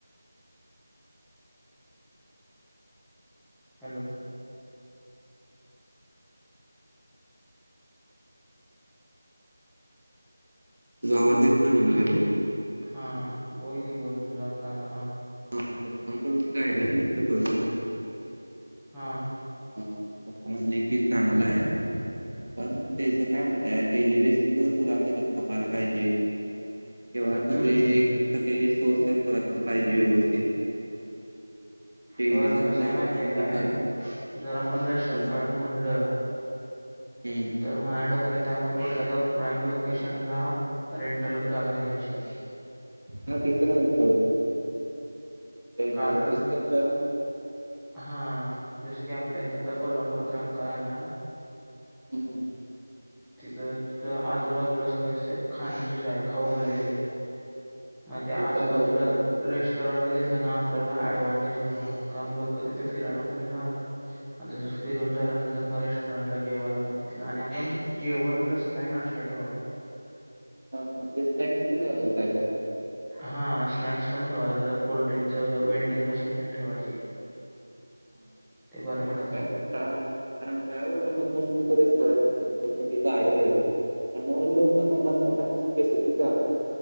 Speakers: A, in the centre; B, on the right (about 55°).
A: हॅलो.
B: तुझा आवाज येत नाय मला हॅलो.
A: हा बोल की बोल तुझा आत्ता आला हा.
B: <unintelligible> गाईडलाईन घेतलं थोडं.
A: हा.
B: ह पप्पा म्हणले की चांगलं आहे पण तेच काय म्ह <unintelligible> डेली बेस वर तुला तिथं थांबायला पाहिजे. किंवा तुझे
A: हम्म
B: जे सगळे जे सोर्स आहेत तुला पाहिजे व्यवस्थित. डेलीचा
A: अ
B: तुझा
A: कसा
B: एक
A: माहितीये
B: मंथली
A: काय
B: खर्च
A: जर आपण रेस्टॉरंट
B: हम्म,
A: काढायचं म्हणलं
B: हम्म.
A: तर माझ्या डोक्यात आपण कुठल्या तर प्राईम लोकेशनला रेंटल जागा घ्यायची.
B: हा ते तर आहेत. रेंटल
A: कारण
B: जसं की आपल्या
A: हा जस की आपल्या इथं आता कोल्हापूरात रंकाळा आहे ना
B: हम्म.
A: तिथं- तिथं आजूबाजूला सगळं अस खाण्याचीच आहे खाऊ गल्ली आहे ती. मग त्या
B: ते
A: आजूबाजूला
B: तर आहेच सोड
A: रेस्टॉरंट घेतल्याना आपल्याला एडवांटेज लिहुणार कारण लोक क तिथे फिरायला पण येणार. आणि तसच फिरून झाल्यानंतर मग रेस्टॉरंटला जेवायला पण येतील आणि आपण जेवण प्लस. काही नाष्टा ठेवायलो.
B: ह स्नाक्स काय?
A: हा स्नॅक्स पण ठेवायच कोल्ड्रिंकच वेंडिंग मशीन पण ठेवायची.
B: हा, आणि
A: ते बरं
B: काय माहिती
A: पडते.
B: काय आता कार काावर आता मोस्टली कध सरत गाड आहेत त्यामुळे लोकांना बसायला स्पेसिफिक झालं.